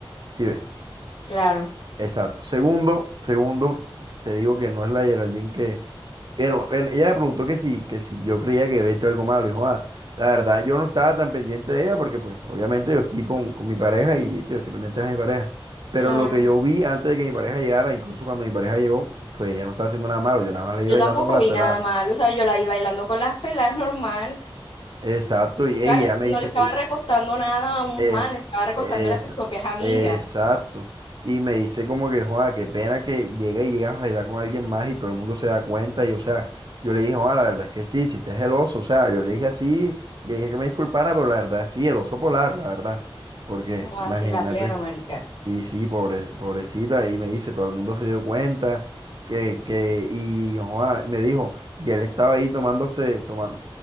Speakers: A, on the right; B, on the left.
A: ¿Sí ves?
B: claro,
A: Exacto. Segundo, segundo, te digo que no es la Geraldine que... Bueno, en- ella me preguntó que si, que si yo creía que había hecho algo malo. Y dijo, ah, la verdad yo no estaba tan pendiente de ella porque pues obviamente yo estoy con, con mi pareja y yo estoy pendiente de mi pareja. Pero
B: claro.
A: lo que yo vi antes de que mi pareja llegara, incluso cuando mi pareja llegó, pues ella no estaba haciendo nada malo. Yo nada más le
B: Yo
A: iba bailando
B: tampoco
A: con las
B: vi
A: peladas.
B: nada mal, o sea, yo la vi bailando con las pelas normal.
A: Exacto, y ella
B: O
A: me
B: no
A: dice,
B: le estaba
A: ella-
B: recostando nada a un
A: es,
B: mal, le estaba recostando
A: es,
B: era a sus propias amigas.
A: exacto, y me dice como que, joda, qué pena que llega y llegas a bailar con alguien más y todo el mundo se da cuenta, y o sea, yo le dije, joda, la verdad es que sí, si te es el oso, o sea, yo le dije así, le dije que me disculpara, pero la verdad sí, el oso polar, la verdad, porque
B: O así,
A: imagínate.
B: la plena, marica.
A: Sí, sí, pobre- pobrecita. Y me dice, todo el mundo se dio cuenta que, que, y joa, me dijo, y él estaba ahí tomándose, tomando,